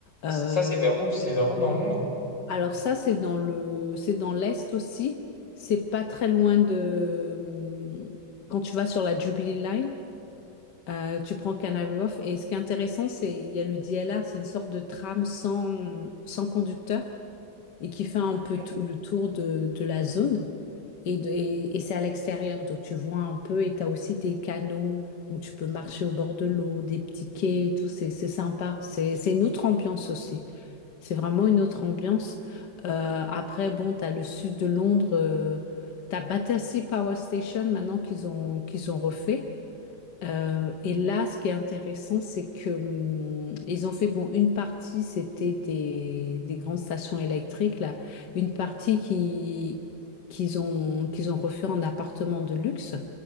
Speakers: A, on the left; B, on the left.
A: Euh,
B: Ça, c'est vers où? C'est vers où dans Londres?
A: alors ça, c'est dans le, c'est dans l'Est aussi. C'est pas très loin de... hum, Quand tu vas sur la Jubilee Line, euh, tu prends Canary Wharf. Et ce qui est intéressant, c'est il y a le DLR, c'est une sorte de tram sans, sans conducteur et qui fait un
B: Ok.
A: peu tout le tour de, de la zone. Et, de- et, et c'est à l'extérieur, donc tu vois un peu. Et tu as aussi des canaux, donc tu peux marcher au bord de l'eau, des petits quais, et tout. C'est c'est sympa. C'est c'est une autre ambiance aussi. C'est vraiment une autre ambiance. Euh, après, bon, t'as le sud de Londres, euh, t'as Battersea Power Station maintenant qu'ils ont qu'ils ont refait. Euh, et là, ce qui est intéressant, c'est que hum, ils ont fait bon une partie, c'était des, des grandes stations électriques là, une partie qui qu'ils ont qu'ils ont refait en appartements de luxe